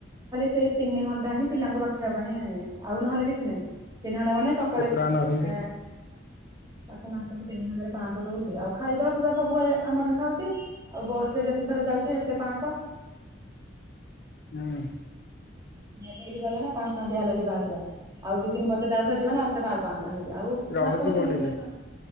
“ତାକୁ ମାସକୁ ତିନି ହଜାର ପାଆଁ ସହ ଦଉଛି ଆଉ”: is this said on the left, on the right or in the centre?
Right